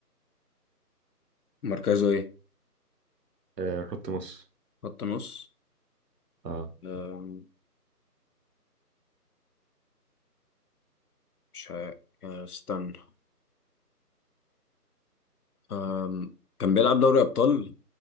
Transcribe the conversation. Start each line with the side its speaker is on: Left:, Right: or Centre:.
Left: مركزه ايه
Right: آه، خط نص
Left: خط نص
Right: اه
Left: آه، مش ه... آه، استنى أم... كان بيلعب دوري أبطال